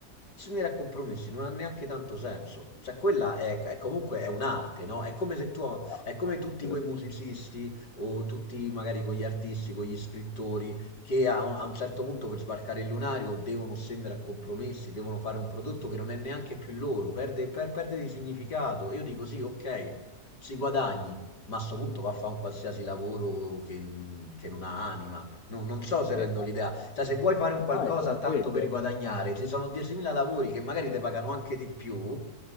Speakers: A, on the left; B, on the left.
A: si venire a compromessi non ha neanche tanto senso. Cioè, quella è, è comunque è un'arte, no? È come se tu,
B: bravo.
A: è come tutti
B: esatto.
A: quei musicisti o tutti magari quegli artisti, quegli scrittori che a, un a un certo punto per sbarcare il lunario devono scendere a compromessi, devono fare un prodotto che non è neanche più loro, perde, per- perde di significato. E io dico sì, ok, si guadagni. Ma a sto punto va a fare un qualsiasi lavoro che, che non ha anima. Non, non so se
B: Esatto.
A: rendo l'idea. Cioè, se vuoi fare un
B: No,
A: qualcosa
B: è proprio
A: tanto
B: quello.
A: per guadagnare, ci sono 10.000 lavori che magari ti pagano anche di più.